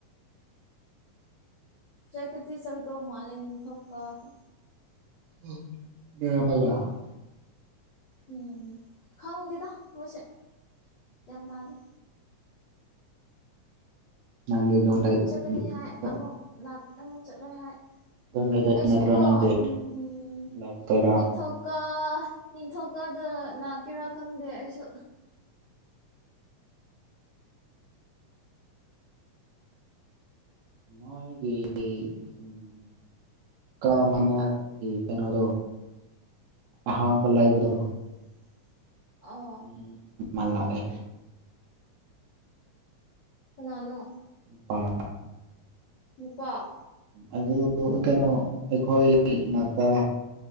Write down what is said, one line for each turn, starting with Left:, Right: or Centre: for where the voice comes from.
Left: ꯆꯠꯄꯗꯤ ꯆꯠꯀꯗꯧ ꯃꯥꯜꯂꯦ ꯅꯤꯡꯊꯧ ꯀꯥꯕꯗ
Right: <inaudible>
Left: ꯎꯝ ꯈꯪꯗꯦꯗ ꯃꯣꯏꯁꯦ ꯒ꯭ꯌꯥꯟ ꯇꯥꯗꯦ
Right: ꯅꯪꯗꯤ ꯑꯗꯨꯝ
Left: ꯑꯃꯨꯛ
Right: ꯂꯩ
Left: ꯆꯠꯀꯅꯤ ꯍꯥꯏ
Right: ꯑꯗꯨꯝ
Left: ꯑꯃꯨꯛ ꯂꯥꯛ ꯑꯃꯨꯛ ꯆꯠꯂꯣꯏ ꯍꯥꯏ
Right: ꯑꯗꯨꯝ ꯂꯩꯗꯣꯏ
Left: ꯑꯩꯁꯨꯀꯣ
Right: ꯅꯠꯇ꯭ꯔꯣ ꯅꯪꯗꯤ
Left: ꯎꯝ
Right: ꯂꯥꯛꯇꯣꯏꯔꯥ
Left: ꯅꯤꯡꯊꯧ ꯀꯥ ꯅꯤꯡꯊꯧꯀꯥꯗ ꯂꯥꯛꯀꯦꯔꯥ ꯈꯪꯗꯦ ꯑꯩꯁꯨ
Right: <unintelligible> ꯀꯥ ꯃꯅꯥꯒꯤ ꯀꯩꯅꯣꯗꯣ ꯑꯍꯥꯡꯕ ꯂꯩꯕꯗꯣ
Left: ꯎꯝ ꯑꯣ
Right: ꯃꯤ ꯑꯃ ꯂꯥꯛꯑꯦ
Left: ꯀꯅꯥꯅꯣ
Right: ꯅꯨꯄꯥ
Left: ꯅꯨꯄꯥ
Right: ꯑꯗꯨꯗꯨ ꯀꯩꯅꯣ ꯑꯩꯈꯣꯏ ꯏꯅꯥꯛꯇ